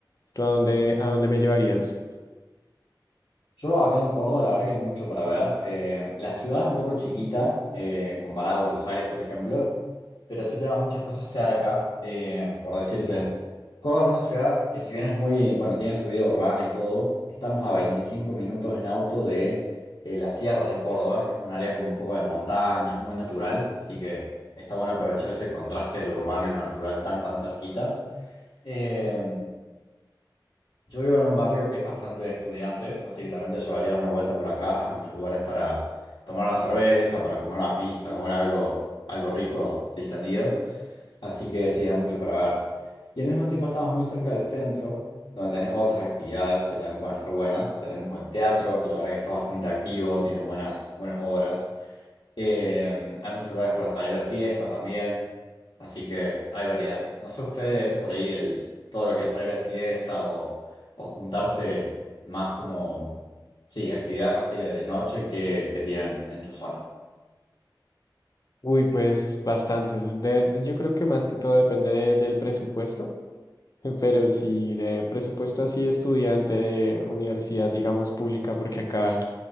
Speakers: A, on the left; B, on the left.
A: ¿Tú a dónde, a dónde me llevarías?
B: Yo acá en Córdoba, la verdad que hay mucho para ver. Eh, la ciudad es un poco chiquita, eh, comparada a Buenos Aires, por ejemplo, pero sí tenemos muchas cosas cerca, eh, por decirte. Córdoba es una ciudad que si bien es muy, bueno, tiene su vida urbana y todo, estamos a 25 minutos en auto de eh, las sierras de Córdoba, que es un área como un poco de montaña, es muy natural, así que está bueno aprovechar ese contraste de lo urbano y lo natural tan, tan cerquita. Em, yo vivo en un barrio que es bastante de estudiantes, así que también te llevaría a dar una vuelta por acá. Hay muchos lugares para tomar una cerveza, para comer una pizza, comer algo, algo rico, distendido. Así que sí, hay mucho para ver. Y al mismo tiempo estamos muy cerca del centro, donde tenés otras actividades que también pueden estar buenas. Tenemos el teatro, que la verdad que está bastante activo, tiene buenas, buenas obras. Eh, hay muchos lugares para salir de fiesta también, así que hay variedad. No sé ustedes por ahí el, todo lo que es salir de fiesta o, o juntarse más como, sí, actividades así de, de noche que, que tienen en tu zona.
A: Uy, pues bastantes. De- de- yo creo que más que todo depende de- del presupuesto, <laughs> pero si de presupuesto así estudiante de universidad, digamos, pública, porque acá